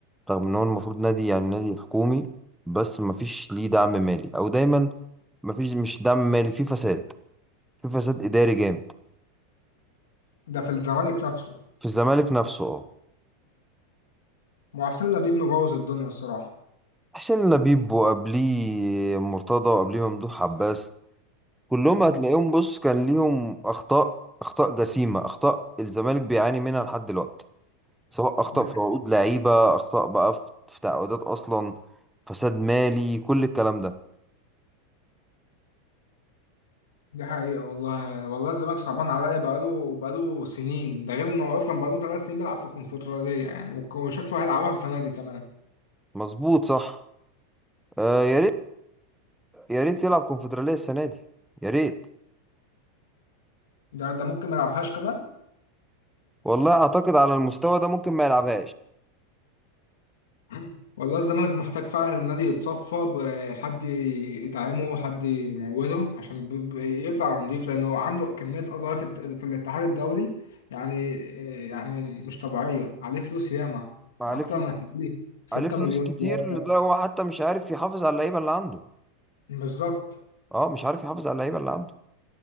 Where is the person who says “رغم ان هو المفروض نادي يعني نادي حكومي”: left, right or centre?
Centre